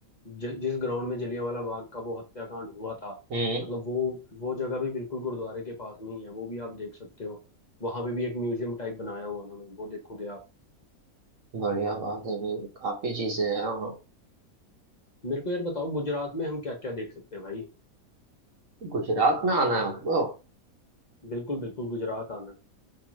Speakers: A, on the left; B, on the right.
A: ज, जिस ग्राउंड में जलियांवाला बाग का वो हत्याकांड हुआ था
B: है हम्म
A: मतलब वो वो जगह भी बिल्कुल गुरुद्वारे के पास में ही है वो भी आप देख सकते हो वहां पे भी एक म्यूजियम टाइप बनाया हुआ उन्होंने वो देखोगे आप
B: बढ़िया बात है भाई काफी चीजें हैं हाँ
A: मेरे को यार बताओ गुजरात में हम क्या क्या देख सकते हैं भाई
B: गुजरात में आना है आपको
A: बिल्कुल बिल्कुल गुजरात आना है